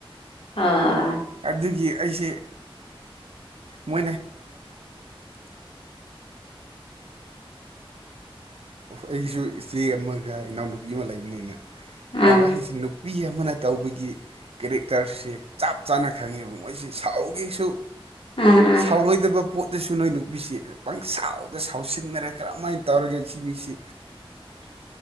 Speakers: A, on the left; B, on the right.
A: ꯑꯥ
B: ꯑꯗꯨꯒꯤ ꯑꯩꯁꯦ ꯃꯣ ꯑꯩꯒꯤꯁꯨ ꯏꯆꯦ ꯑꯃꯒ ꯏꯅꯥꯎꯅꯨꯄꯤ ꯑꯃ ꯂꯩꯕꯅꯤ ꯑꯩꯅ
A: ꯎꯝ
B: ꯃꯕꯥꯅꯤꯁꯤ ꯅꯨ ꯃꯤ ꯑꯃꯅ ꯇꯧꯕꯒꯤ ꯀꯦꯔꯦꯛꯇꯔꯁꯦ ꯆꯞ ꯆꯥꯅ ꯈꯪꯉꯦꯕ ꯃꯣꯏꯁꯤ ꯁꯥꯎꯒꯦꯁꯨ
A: ꯎꯝ ꯎꯝ
B: ꯁꯥꯎꯔꯣꯏꯗꯕ ꯄꯣꯠꯇꯁꯨ ꯅꯣꯏ ꯅꯨꯄꯤꯁꯦ ꯄꯪꯁꯥꯎꯗ ꯁꯥꯎꯁꯤꯟꯅꯔ ꯀꯔꯝ ꯁꯤ ꯃꯤꯁꯤ